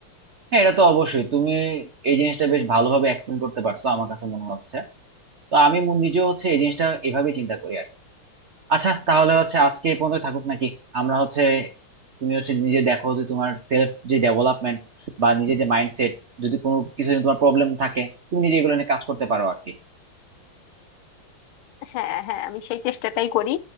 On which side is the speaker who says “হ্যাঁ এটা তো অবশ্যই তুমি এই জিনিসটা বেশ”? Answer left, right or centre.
Right